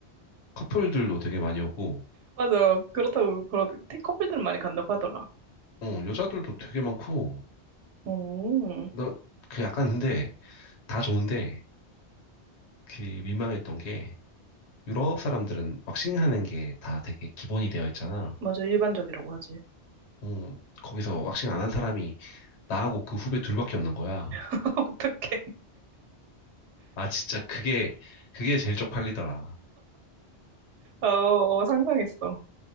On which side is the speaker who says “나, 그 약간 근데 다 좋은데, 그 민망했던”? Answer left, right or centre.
Left